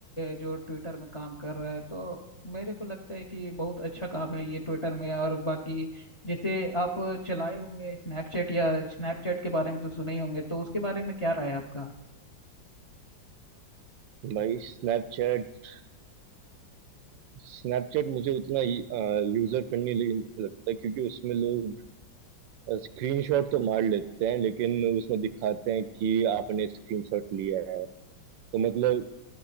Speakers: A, on the left; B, on the right.
A: जो ट्विटर में काम कर रहा है तो मेरे को लगता है कि बहुत अच्छा काम है ये ट्विटर में और बाकी जैसे आप चलाए होंगे स्नैपचैट या स्नैपचैट के बारे में तो सुने ही होंगे तो उसके बारे में क्या राय है आपका
B: भाई स्नैपचैट स्नैपचैट मुझे उतना यूजर फ्रेंडली लगता है क्योंकि उसमें लोग स्क्रीनशॉट तो मार लेते हैं लेकिन उसमें दिखाते हैं कि आपने स्क्रीनशॉट लिया है तो मतलब